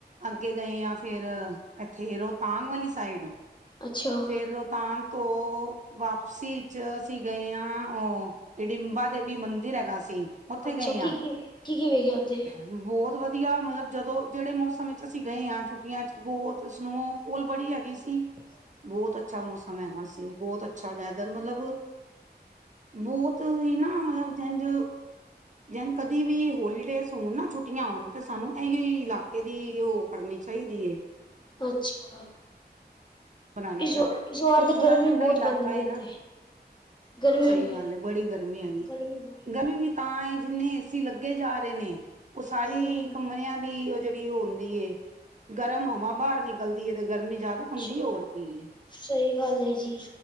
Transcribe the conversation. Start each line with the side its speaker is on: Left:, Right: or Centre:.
Right: ਅੱਗੇ ਗਏ ਆਂ ਫੇਰ ਐਥੇ ਰੋਤਾਂਗ ਵਾਲੀ ਸਾਈਡ,
Left: ਅੱਛਾ।
Right: ਫੇਰ ਰੋਤਾਂਗ ਤੋਂ ਵਾਪਸੀ ਚ ਅਸੀ ਗਏ ਆਂ ਓ ਹਿਡਿੰਬਾ ਦੇਵੀ ਮੰਦਿਰ ਹੈਗਾ ਸੀ, ਓਥੇ
Left: ਅੱਛਾ
Right: ਗਏ
Left: ਕੀ
Right: ਆਂ।
Left: ਕੀ ਕੀ ਕੀ ਵੇਖਿਆ ਉੱਥੇ
Right: ਬਹੁਤ ਵਧੀਆ ਮਤਲਬ ਜਦੋਂ ਜਿਹੜੇ ਮੌਸਮ ਵਿਚ ਅਸੀ ਗਏ ਆਂ ਛੁੱਟੀਆਂ ਚ ਬਹੁਤ ਸਨੋ ਪੁਲ ਬੜੀ ਹੈਗੀ ਸੀ।
Left: <inaudible>
Right: ਬਹੁਤ ਅੱਛਾ ਮੌਸਮ ਹੈਗਾ ਸੀ। ਬਹੁਤ ਅੱਛਾ ਵੈਦਰ ਮਤਲਬ ਬਹੁਤ ਈ ਨਾ ਮਤਲਬ ਜੈਂਝ ਜੈਨ ਕਦੇ ਵੀ ਹੋਲੀਡੇਸ ਹੋਣ ਨਾ ਛੁੱਟੀਆਂ ਹੋਣ ਤਾਂ ਸਾਨੂੰ ਐਈਓ ਈ ਇਲਾਕ ਏਦੀ ਓ ਕਰਨੀ ਚਾਹੀਦੀ ਏ।
Left: ਅੱਛਾ।
Right: ਬਣਾਉਣਾ
Left: ਇਸ।
Right: ਚਾਹੀਦਾ
Left: ਇਸ। ਵਾਰ।
Right: ਕਿਉਂਕਿ
Left: ਤੇ।
Right: ਥੋੜਾ
Left: ਗਰਮੀ।
Right: ਠੰਡਾ
Left: ਬਹੁਤ।
Right: ਇਲਾਕਾ
Left: ਪੈਂਦੀ। ਹੈ। ਇੱਥੇ।
Right: ਨਾ
Left: ਗਰਮੀ
Right: ਸਹੀ
Left: ਵੀ
Right: ਗੱਲ ਏ ਬੜੀ ਗਰਮੀ ਹੈਗੀ,
Left: ਗਰਮੀ ਬਹੁਤ
Right: ਗਰਮੀ ਵੀ। ਤਾਂ ਇਹ ਜਿੰਨੇ ਏਸੀ ਲੱਗੇ ਜਾ ਰਹੇ ਨੇ ਉਹ ਸਾਰੀ
Left: ਹਮ
Right: ਕਮਰਿਆਂ ਦੀ। ਜਿਹੜੀ ਉਹ ਹੁੰਦੀ ਏ ਗਰਮ ਹਵਾਂ ਬਾਹਰ ਨਿਕਲਦੀਏ ਤੇ ਗਰਮੀ ਜਿਆਦਾ
Left: ਅੱਛਾ
Right: ਹੁੰਦੀ ਹੋਰ। ਕੀ
Left: ਸਹੀ ਗੱਲ ਹੈ ਜੀ